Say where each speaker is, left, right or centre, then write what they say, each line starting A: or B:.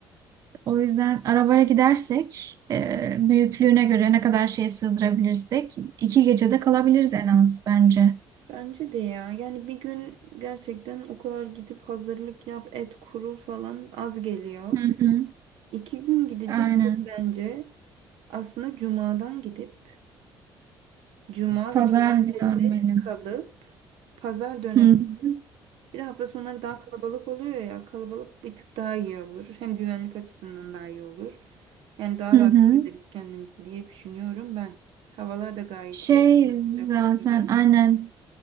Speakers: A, on the right; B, on the right.
A: O yüzden arabayla gidersek e, büyüklüğüne göre ne kadar şey sığdırabilirsek iki
B: Hı hı.
A: gecede kalabiliriz en az bence.
B: Bence de ya. Yani bir gün gerçekten o kadar gidip hazırlık yap, et kurul falan az geliyor.
A: Hı hı.
B: İki gün gideceksek
A: Aynen.
B: bence aslında cumadan gidip cuma
A: Pazar
B: ve cumartesi
A: günü dönmeli.
B: kalıp pazar dönemi.
A: Hı hı.
B: Bir de hafta sonları daha kalabalık oluyor ya. Kalabalık bir tık daha iyi olur. Hem güvenlik açısından daha iyi olur. Yani daha
A: Hı
B: rahat
A: hı.
B: hissederiz kendimizi diye düşünüyorum ben. Havalar da gayet
A: Şey
B: iyi. oluyor,
A: zaten
B: Sıcaklıkları.
A: aynen